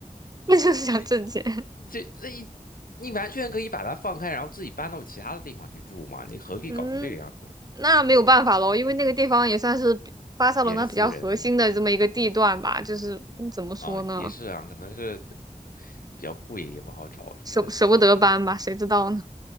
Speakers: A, on the right (about 25°); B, on the left (about 80°).
A: 那就是想挣钱。
B: <laughs> 你这那你你完全可以把它放开，然后自己搬到其他的地方去住嘛。你何必搞成这个样子？
A: 嗯，那没有办法喽，因为那个地方也算是比巴塞罗那比较核心的这么一个地段吧，
B: 也是私人呢
A: 就是嗯，怎么说呢，
B: 啊，也是啊，可能是比较贵，也不好找什么的，
A: 舍舍不得搬吧，谁知道呢？